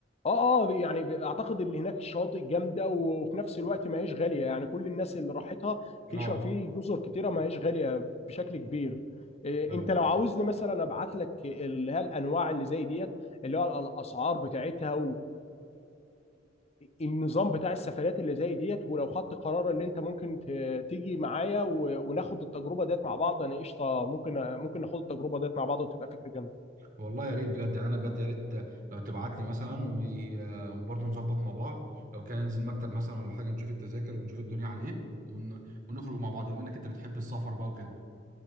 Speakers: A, on the left; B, on the right.
A: اه اه يعني ب- اعتقد اللي هناك شاطئ جامده و- وفي نفس الوقت ما هيش غاليه يعني كل الناس اللي راحتها في
B: اه
A: شا... في جزر كتيره ما هيش غاليه بشكل كبير إيه
B: ايوه
A: انت لو عاوزني مثلا ابعت لك اللي هي الانواع اللي زي ديت اللي هو الاسعار بتاعتها والنظام بتاع السفرات اللي زي ديت ولو خدت قرار اللي انت ممكن ت- تيجي معايا و... وناخد التجربه ديت مع بعض انا قشطه ممكن ممكن ناخد التجربه ديت مع بعض وتبقى فكره جامده
B: والله يا ريت بجد يعني انا بجد يا ريت لو تبعت لي مثلا و- وبرضه نظبط مع بعض لو كان ننزل مكتب مثلا ولا حاجه نشوف التذاكر ونشوف الدنيا على ايه ون... ونخرج مع بعض بما انك انت بتحب السفر بقى وكده